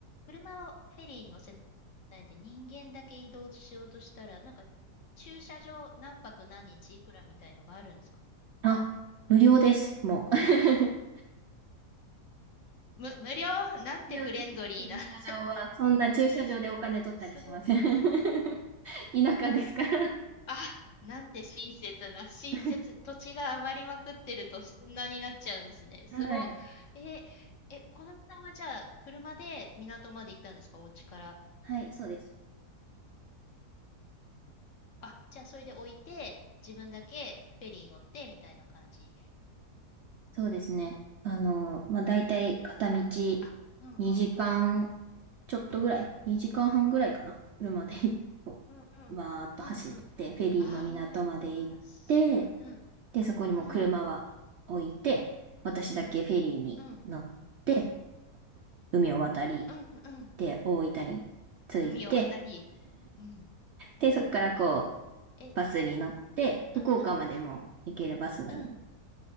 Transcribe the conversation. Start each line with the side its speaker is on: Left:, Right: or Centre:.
Left: 車はフェリーに乗せないで人間だけ移動しようとしたら、なんか、駐車場何泊何日いくらみたいのがあるんですか
Right: あ、無料です、もう。<laughs>
Left: む、無料なんてフレンドリーな。
Right: 必要です。駐車場は。
Left: <laughs>
Right: そんな駐車場でお金取ったりしません。
Left: え、すご、すご。
Right: <laughs> 田舎ですから。
Left: あ、なんて親切な、親切、
Right: <laughs>
Left: 土地が余りまくってるとそんなになっちゃうんですね。
Right: はい。
Left: すごい。え、え、このさんはじゃあ、車で港まで行ったんですか、お家から。
Right: はい、そうです。
Left: あ、じゃあ、それで置いて、自分だけフェリー乗って、みたいな感じ。
Right: そうですね。あの、まあ、だいたい片道
Left: あ、うんうん、
Right: 2時間ちょっとぐらい、2時間半ぐらいかな。車で <laughs> こう、
Left: うんうん、
Right: わーっと走って、
Left: うんうん。
Right: フェリーの港まで行って、
Left: ああすうん
Right: で、そこにもう車は置いて、
Left: うん、うん
Right: 私だけフェリーに乗って、
Left: うん、うん、うん、
Right: 海を渡り、
Left: うんうん。
Right: で、大分に着いて、
Left: 海を渡り。うん、
Right: で、
Left: うん。
Right: そこからこ
Left: え、
Right: バスに乗って、福岡までも行けるバスがあるので。
Left: うんうん、うん。